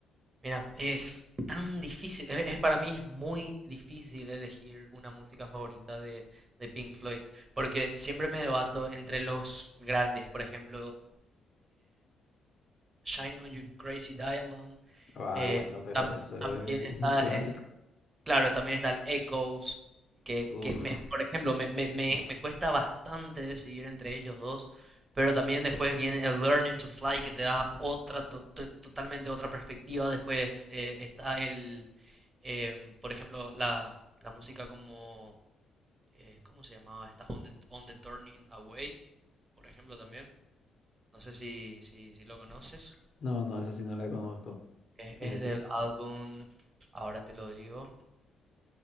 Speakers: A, on the right; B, on the left.
A: mira, es tan difícil, es, es- para mí es muy difícil elegir una música favorita de, de Pink Floyd, porque siempre me debato entre los grandes, por ejemplo, Shine on You Crazy Diamond.
B: Ah,
A: eh,
B: bueno, pero
A: tam-
B: eso
A: también
B: es
A: está
B: un clásico.
A: el, claro, también está el Echoes, que,
B: Uf.
A: que me- por ejemplo, me, me, me, me cuesta bastante decidir entre ellos dos, pero también después viene el Learning to Fly, que te da otra, to- to- totalmente otra perspectiva. Después eh, está el, em, por ejemplo, la, la música como, eh, ¿cómo se llamaba esta? On the, On the Turning Away, por ejemplo, también. No sé si, si, si lo conoces.
B: No, no, esa sí no la conozco.
A: Es,
B: Fíjate.
A: es del álbum, ahora te lo digo.